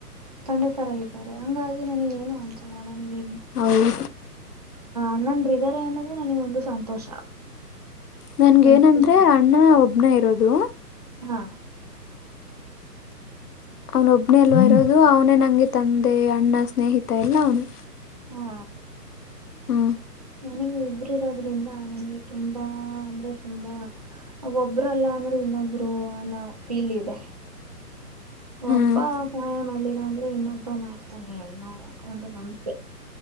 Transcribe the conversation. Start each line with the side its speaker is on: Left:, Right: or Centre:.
Right: ತಂದೆ ತರ ಇದ್ದಾರೆ ಹಂಗಾಗಿ ನನೇಗ ಏನು ಅನ್ಸಲ್ಲ ನನಗೆ.
Left: ಹೌದು
Right: ಅಣ್ಣದಿರು ಇದ್ದರೆ ಅನ್ನೋದೇ ನನಗ ಒಂದು ಸಂತೋಷ.
Left: ನನ್ಗ
Right: ಒಂದ್
Left: ಏನಂದ್ರೆ
Right: ಖುಷಿ
Left: ಅಣ್ಣ ಒಬ್ನ ಇರೋದು.
Right: ಹಾ
Left: ಅವ್ನ ಒಬ್ನೇ ಅಲ್ವ ಇರೋದು ಅವನೇ ನಂಗೆ ತಂದೆ ಅಣ್ಣ ಸ್ನೇಹಿತ ಎಲ್ಲ ಅವನೇ.
Right: ಹಾ
Left: ಹ್ಮ
Right: ನನಗೆ ಇಬ್ರು ಇರೋದ್ರಿಂದ ನನಗೆ ತುಂಬಾ ಅಂದ್ರೆ ತುಂಬಾ. ಒಬ್ರಲ್ಲ ಅಂದ್ರೆ ಇನ್ನೊಬ್ರು ಅನ್ನೋ ಫೀಲ್ ಇದೆ.
Left: ಹ್ಮ್
Right: ಒಬ್ಬಾ ಸಹಾಯ ಮಾಡ್ಲಿ. ಮಾಡಿಲ್ಲ ಅಂದ್ರು ಇನ್ನೊಬ್ಬ ಮಾಡ್ತಾನೆ ಅನ್ನೋ ಒಂದು ನಂಬಿಕೆ